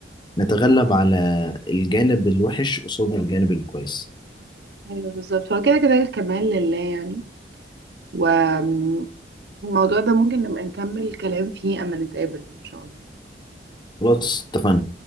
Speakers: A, on the left (about 25°); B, on the right (about 70°).
A: نتغلب على الجانب الوحش قصاد الجانب الكويس
B: ايوه بالظبط هو كده كده الكمال لله يعني والموضوع ده ممكن نبقى نكمل كلام فيه اما نتقابل ان شاء الله
A: خلاص اتفقنا